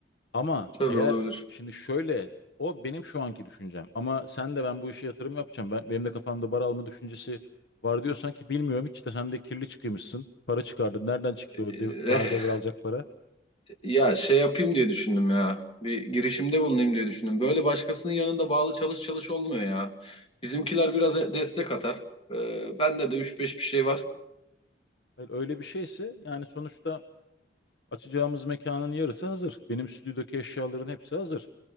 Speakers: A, on the left; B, on the left.
A: Ama
B: tabii
A: eğer
B: olabilir.
A: şimdi şöyle o benim şu anki düşüncem ama sen de ben bu işe yatırım yapacağım. Ben, benim de kafamda bar alma düşüncesi var diyorsan ki bilmiyorum hiç de sen de kirli çıkıymışsın. Para çıkardın. Nereden çıktı o
B: E,
A: dev, bar devralacak para?
B: Ya şey yapayım diye düşündüm ya. Bir girişimde bulunayım diye düşündüm. Böyle başkasının yanında bağlı çalış çalış olmuyor ya. Bizimkiler biraz e, destek atar. Ee, bende de üç beş bir şey var.
A: Hayır, öyle bir şeyse yani sonuçta açacağımız mekanın yarısı hazır. Benim stüdyodaki eşyaların hepsi hazır.